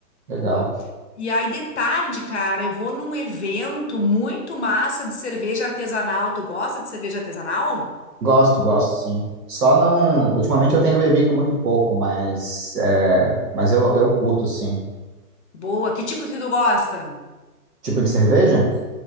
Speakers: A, on the right; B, on the left.
A: legal.
B: Boa. E aí, de tarde, cara, eu vou num evento muito massa de cerveja artesanal. Tu gosta de cerveja artesanal?
A: Gosto, gosto, sim. Só não. Ultimamente eu tenho bebido muito pouco, mas, é, mas eu, eu curto, sim.
B: Boa. Que tipo que tu gosta?
A: Tipo de cerveja?